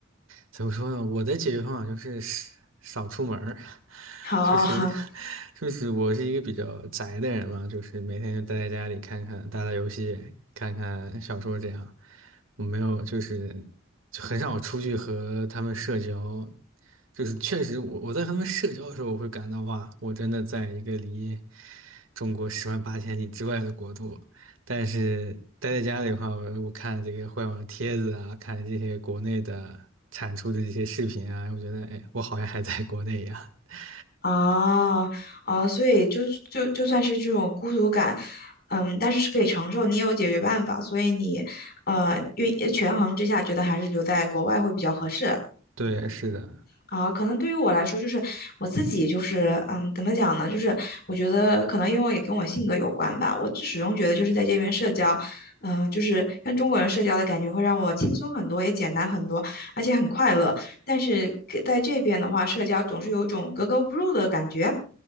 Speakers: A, on the right; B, on the left.
A: 怎么说呢？我的解决方法就是少少出门儿，<laughs>
B: 好
A: 就是就是我是一个比较宅的人嘛，就是每天就待在家里看看打打游戏，看看小说这样，我没有，就是就很少出去和他们社交，就是确实我我在和他们社交的时候，我会感到哇，我真的在一个离中国十万八千里之外的国度。但是待在家里的话，我我看这个互联网帖子啊，看这些国内的产出的这些视频啊，我觉得哎，我好像还在国内一样。<laughs>
B: 啊啊，所以就就就算是这种孤独感，嗯，但是是可以承受，你也有解决办法，所以你呃，愿权衡之下，觉得还是留在国外会比较合适。
A: 对，是的，
B: 啊，可能对于我来说，就是我自己，就是嗯，怎么讲呢？就是我觉得可能因为也跟我性格有关吧。我始终觉得就是在这边社交，嗯、就是跟中国人社交的感觉会让我轻松很多，也简单很多，而且很快乐。但是给在这边的话，社交总是有种格格不入的感觉。